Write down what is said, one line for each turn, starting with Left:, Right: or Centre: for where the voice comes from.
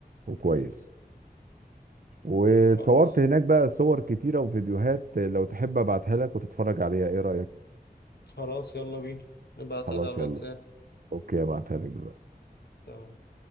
Right: وكويس
Left: مم.
Right: واتصورت
Left: خلاص
Right: هناك بقى صور كتيرة وفيديوهات لو تحب ابعتها لك وتتفرج عليها ايه رأيك
Left: خلاص يلا بينا ابعتها
Right: خلاص
Left: لي على الواتساب
Right: يلا اوكي ابعتها لك دلوقتي
Left: تمام